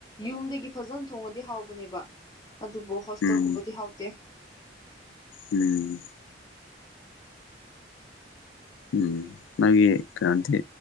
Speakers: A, on the left; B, on the left.
A: ꯌꯨꯝꯗꯒꯤ ꯐꯖꯅ ꯊꯣꯡꯉꯗꯤ ꯍꯥꯎꯕꯅꯦꯕ ꯑꯗꯨꯕꯨ ꯍꯣꯇ
B: ꯎꯝ
A: ꯎꯕꯗꯤ ꯍꯥꯎꯗ
B: ꯎꯝ ꯎꯝ ꯃꯥꯦ ꯀꯥꯟꯗꯦ